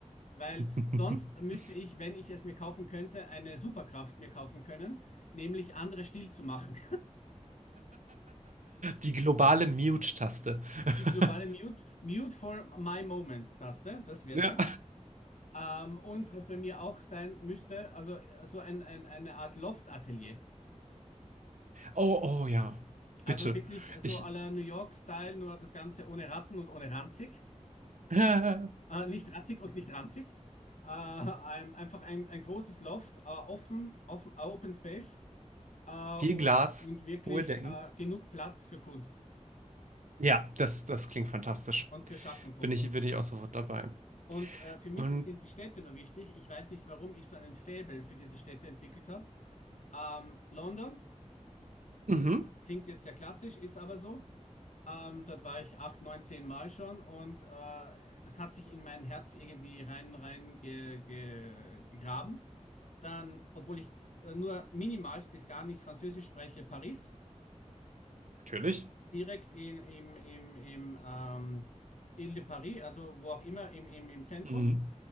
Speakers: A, on the left (about 70°); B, on the right (about 80°).
A: Weil
B: <laughs>
A: sonst müsste ich, wenn ich es mir kaufen könnte, eine Superkraft mir kaufen können, nämlich andere still zu machen.
B: Die globale Mute-Taste.
A: <laughs>
B: <laughs>
A: Die globale Mute, Mute for My Moments-Taste, das wär's
B: Ja.
A: doch. Ähm, und was bei mir auch sein müsste, also äh, so ein, ein, eine Art Loft-Atelier.
B: Oh, oh ja.
A: Also
B: Bitte.
A: wirklich so
B: Ich.
A: à la New York-Style, nur das Ganze ohne Ratten und ohne ranzig.
B: <laughs> Viel
A: Äh, nicht rattig und nicht ranzig. Äh, ein, einfach ein, ein großes Loft, äh, offen, offen, äh, Open Space äh, und,
B: Glas,
A: und wirklich
B: hohe Decken.
A: äh, genug Platz für Kunst
B: Ja, das, das klingt fantastisch.
A: und für Schaffen von
B: Bin
A: Kunst.
B: ich, bin ich auch sofort dabei.
A: Und äh, für mich
B: Und,
A: sind die Städte nur wichtig. Ich weiß nicht, warum ich so einen Faible für diese Städte entwickelt habe. Ähm, London
B: mhm,
A: klingt jetzt sehr klassisch, ist aber so. Ähm, dort war ich acht, neun, zehn Mal schon und äh, es hat sich in mein Herz irgendwie rein, rein ge, ge, gegraben. Dann, obwohl ich äh, nur minimal bis gar nicht Französisch spreche, Paris.
B: natürlich.
A: direkt in, im, im, im ähm, Ile de Paris, also wo auch immer, im, im, im Zentrum.
B: Mhm.